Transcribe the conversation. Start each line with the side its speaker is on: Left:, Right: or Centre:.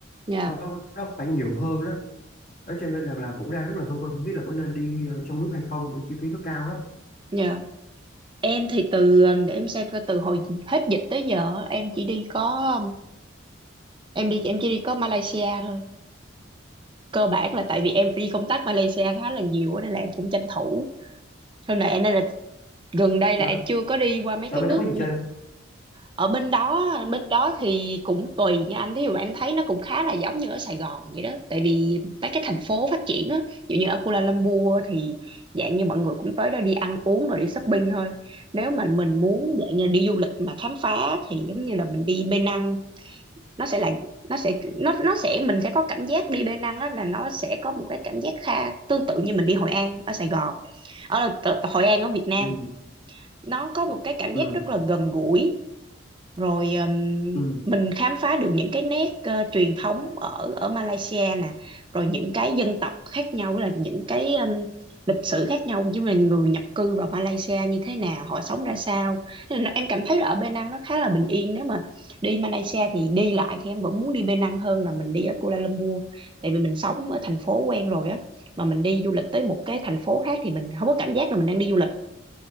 Right: nha
Left: nó, nó phải nhiều hơn đó đó cho nên là, là cũng đang rất là phân vân không biết là có nên đi ờ, trong nước hay không bởi chi phí nó cao lắm
Right: dạ. Em thì từ để em xem coi từ hồi hết dịch tới giờ em chỉ đi có em đi em chỉ đi có Malaysia thôi. Cơ bản là tại vì em đi công tác Malaysia khá là nhiều á, nên là em cũng tranh thủ. Sau này nên là gần đây
Left: Đó.
Right: là em chưa có đi qua mấy
Left: nói
Right: cái
Left: bên
Right: nước
Left: đó có gì chơi không?
Right: ở bên đó bên đó thì cũng tùy nha anh thí dụ mà em thấy nó cũng khá là giống như ở Sài Gòn vậy đó tại vì mấy cái thành phố phát triển á ví dụ như ở Kuala Lumpur thì dạng như mọi người cũng tới đó đi ăn uống rồi đi shopping thôi nếu mà mình muốn dạng như đi du lịch mà khám phá thì giống như là mình đi Penang Năng nó sẽ là nó sẽ nó nó sẽ mình sẽ có cảm giác đi Penang Năng á là nó sẽ có một cái cảm giác kha tương tự như mình đi Hội An ở Sài Gòn ở là- t- Hội An ở Việt Nam
Left: ừ.
Right: nó có một cái cảm
Left: Ừ.
Right: giác rất là gần gũi rồi um,
Left: Ừ.
Right: mình khám phá được những cái nét ờ, truyền thống ở ở Malaysia nè rồi những cái dân tộc khác nhau là những cái um, lịch sử khác nhau như là người nhập cư vào Malaysia như thế nào họ sống ra sao Nên là em cảm thấy là ở Penang nó khá là bình yên nếu mà đi Malaysia thì đi lại thì em vẫn muốn đi Penang hơn là mình đi ở Kuala Lumpur tại vì mình sống ở thành phố quen rồi á mà mình đi du lịch tới một cái thành phố khác thì mình không có cảm giác là mình đang đi du lịch